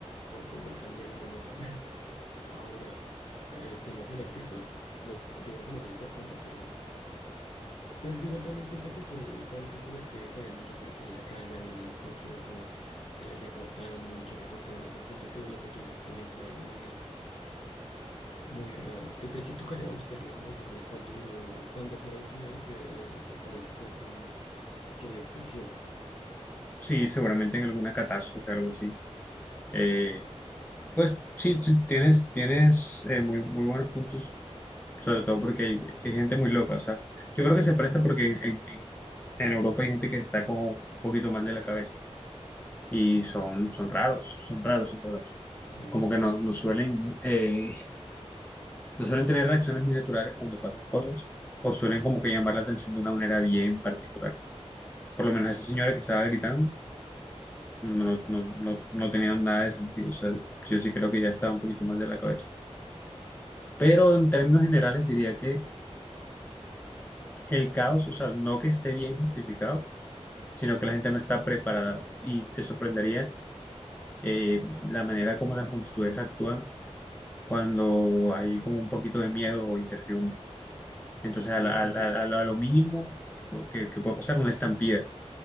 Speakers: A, on the left; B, on the left.
A: porque un volcán llega y me mata. <laughs> Ahora, eh, temas eléctricos, no, no te digo que no sea importante, pero, pero es que igual también siento que fue el pánico colectivo y que había mucha policía en la calle, habían helicópteros como eh, reportando, muchos reporteros. O sea, siento que lo que tú dices también fue algo muy Muy raro. De de hecho, tocaría buscar la información de cuánto duró, cuándo fue la última vez que eh, España se quedó sin, sin electricidad.
B: Sí, seguramente en alguna catástrofe, algo así. Eh, pues sí, sí, tienes, tienes eh, muy, muy buenos puntos, sobre todo porque hay, que hay gente muy loca, o sea, yo creo que se presta porque en, en- en Europa hay gente que está como un poquito mal de la cabeza y son, son raros, son raros, son raros.
A: Sí,
B: Como que no, no suelen eh, No suelen tener reacciones muy naturales cuando pasan cosas o suelen como que llamar la atención de una manera bien particular. Por lo menos esa señora que estaba gritando no, no, no, no no tenía nada de sentido. O sea, yo sí creo que ya estaba un poquito mal de la cabeza. Pero en términos generales diría que el caos, o sea, no que esté bien justificado, sino que la gente no está preparada y te sorprendería eh, la manera como las multitudes actúan cuando hay como un poquito de miedo o incertidumbre. Entonces, a,
A: no,
B: la-
A: pues
B: a la-
A: no.
B: a la- a lo mínimo que, pu- que- que puede pasar una estampida